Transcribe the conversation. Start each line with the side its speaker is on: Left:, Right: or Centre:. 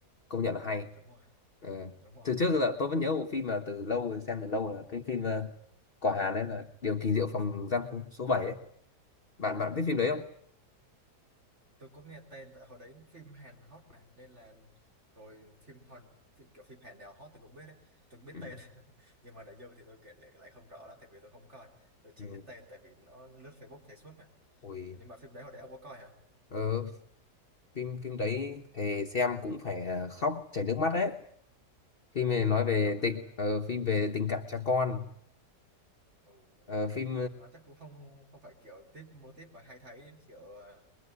Left: công nhận là hay
Right: đúng rồi
Left: Ờ,
Right: đúng rồi
Left: từ trước giờ tôi vẫn nhớ bộ phim mà từ lâu rồi xem từ lâu là cái phim ờ, của Hàn ấy là Điều kỳ diệu phòng giam số 7 bạn
Right: ừ.
Left: bạn biết phim đấy không
Right: tôi có nghe tên tại hồi đấy phim Hàn hot mà nên là rồi phim Hàn phim, kiểu phim Hàn nào hot tôi cũng biết đấy tôi biết
Left: ừ.
Right: tên <laughs> nhưng mà nội dung thì tôi kể lại, lại không rõ lắm tại vì tôi không coi tôi chỉ
Left: Ừ.
Right: biết tên tại vì nó lướt Facebook thấy suốt mà
Left: ôi
Right: nhưng mà phim đấy hồi đấy ông có coi hả
Left: ờ, phim phim đấy thì xem cũng phải ờ, khóc chảy nước mắt đấy phim
Right: ôi
Left: này nói về
Right: khóc luôn
Left: tình
Right: hả
Left: ờ, phim về tình cảm cha
Right: ừ.
Left: con
Right: Ồ.
Left: Ờ, phim
Right: và nó chắc cũng không không phải kiểu tiếp mô típ mà hay thấy kiểu ờ,